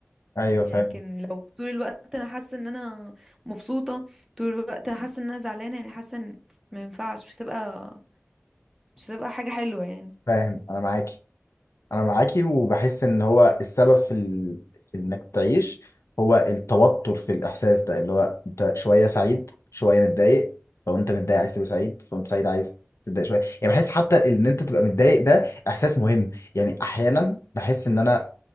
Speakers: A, on the left; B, in the centre.
A: أيوه فاهم
B: لكن لو طول الوقت أنا حاسة إن أنا مبسوطة طول الوقت أنا حاسة إن أنا زعلانة يعني حاسة إن ما ينفعش مش هتبقى مش هتبقى حاجة حلوة يعني
A: فاهم انا معاكي انا معاكي وبحس ان هو السبب في ال... في انك تعيش هو التوتر في الاحساس ده اللي هو انت شويه سعيد شويه متضايق لو انت متضايق عايز تبقى سعيد فانت سعيد عايز تتضايق شويه يعني بحس حتى ان انت تبقى متضايق ده احساس مهم يعني احيانا بحس ان انا